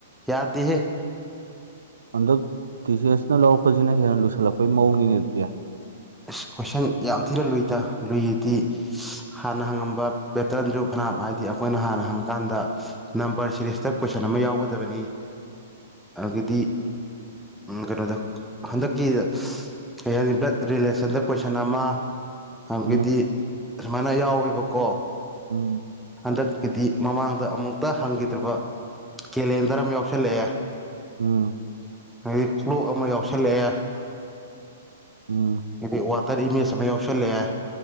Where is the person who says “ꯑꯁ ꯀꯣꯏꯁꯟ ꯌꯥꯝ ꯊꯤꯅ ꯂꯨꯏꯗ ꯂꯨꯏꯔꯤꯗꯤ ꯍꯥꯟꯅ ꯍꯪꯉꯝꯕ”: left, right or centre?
Centre